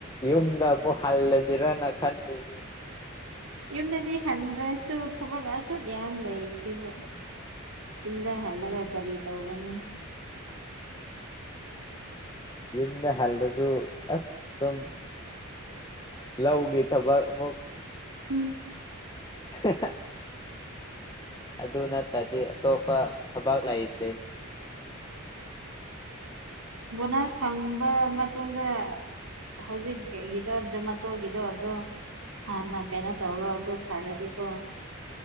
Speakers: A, on the left (about 20°); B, on the right (about 75°).
A: ꯌꯨꯝꯗ ꯑꯃꯨꯛ ꯍꯜꯂꯁꯤꯔꯅ ꯈꯟꯕꯤꯁꯦ
B: ꯌꯨꯝꯗꯗꯤ ꯍꯟꯗ꯭ꯔꯁꯨ ꯊꯕꯛ ꯑꯁꯨꯛ ꯌꯥꯝ ꯂꯩꯔꯤ ꯁꯤꯕꯨ ꯀꯗ ꯍꯂꯒ ꯀꯔꯤ ꯇꯧꯒꯅꯤ
A: ꯌꯨꯝꯗ ꯍꯜꯗꯨ ꯑꯁ ꯑꯗꯨꯝ ꯂꯧꯒꯦ ꯊꯕꯛ ꯑꯃꯨꯛ
B: ꯎꯝ
A: <unintelligible> ꯑꯗꯨ ꯅꯠꯇꯗꯤ ꯑꯇꯣꯞꯄ ꯊꯕꯛ ꯂꯩꯇꯦ
B: ꯕꯣꯅꯥꯁ ꯐꯪꯕ ꯃꯇꯨꯡꯗ ꯍꯧꯖꯤꯛꯀꯤꯒꯤꯗꯣ ꯖꯣꯃꯥꯇꯣꯒꯤꯗꯣ ꯑꯗꯣ ꯍꯥꯟꯅ ꯀꯩꯅꯣ ꯇꯧꯔꯣ ꯑꯗꯨ ꯐꯔꯗꯤꯀꯣ